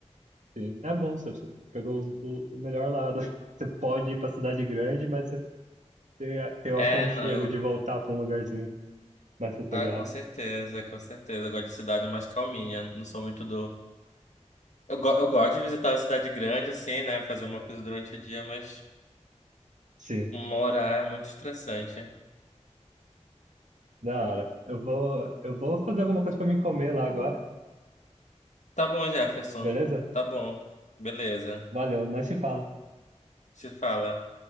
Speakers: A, on the right; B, on the left.
A: sim. É bom, você, você pegou os- o, o melhor lado. <laughs> Você pode ir pra cidade grande, mas você, você tem o
B: É,
A: aconchego
B: não, eu.
A: de voltar pra um lugarzinho mais sossegado.
B: Ah, com certeza, com certeza. Eu gosto de cidade mais calminha. Não sou muito do. Eu, go- eu gosto de visitar a cidade grande, assim, né? Fazer uma coisa durante o dia, mas.
A: Sim,
B: Morar é muito estressante.
A: da hora. Eu vou, eu vou fazer alguma coisa pra mim comer lá agora.
B: Tá bom, Jefferson.
A: Beleza?
B: Tá bom. Beleza.
A: Valeu, nós se fala.
B: Se fala.